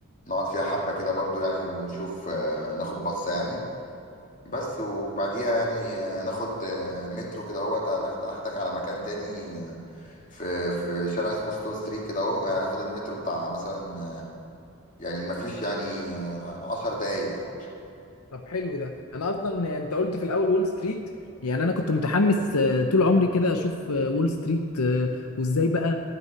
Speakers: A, on the left (about 35°); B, on the left (about 85°).
A: نقعد فيها حبة كده برضو يعني ونشوف آه، ناخد بصة يعني بس وبعديها يعني آه، ناخد آه، مترو كده اهوت هناخد اخدك على مكان تاني آه، في في شارع اسمه ستون ستريت كده اهو يعني هناخد المترو بتاع مثلا آه، يعني مفيش يعني آه، عشر دقايق يعني
B: طب حلو ده انا اصلا انت قلت في الاول وول ستريت يعني انا كنت متحمس آه، طول عمري كده اشوف آه، وول ستريت آه، وازاي بقى